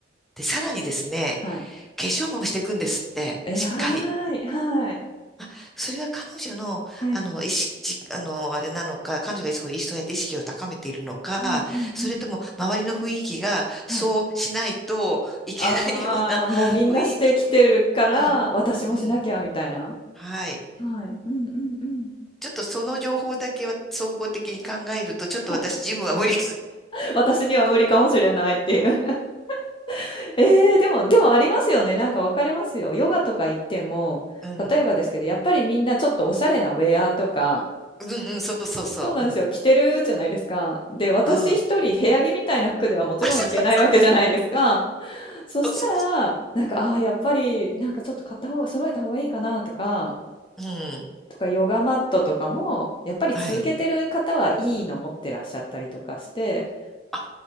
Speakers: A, in the centre; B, on the left.
A: で、さらにですね、
B: はい。
A: 化粧もしていくんですって、
B: えらい。
A: しっかり。
B: はい。
A: あ、それが彼女の、
B: はい。
A: あの、意識、あの、あれなのか、彼女がそうそうやって意識を高めているのか、
B: うんうんうん。
A: それとも周りの雰囲気がそうしないといけないような雰囲気。
B: はい。ああ、もうみんなしてきてるから、
A: うん、
B: 私もしなきゃみたいな。
A: うん、はい。
B: はい。うんうんうん。
A: ちょっとその情報だけは総合的に考えると、ちょっと私自分は無理か。
B: はい。私には無理かもしれないっていう。<laughs> ええ、でも、でもありますよね。なんかわかりますよ。ヨガとか行っても、
A: うん、
B: 例えばですけど、やっぱりみんなちょっとおしゃれなウェアとか、
A: うん、うん、そうそうそう、
B: そうなんですよ。
A: うん、
B: 着てるじゃないですか。で、私一人部屋着みたいな服ではもちろんいけないわけじゃないですか。
A: ああ、<laughs>
B: そしたら、
A: そうそうそ
B: なんか、ああ、やっぱり、なんかちょっと買った方が、揃えた方がいいかなとか、
A: う、うん、
B: とか、ヨガマットとかも、やっぱり続けてる方はいいの持ってらっしゃったりとかして、
A: はい。あ、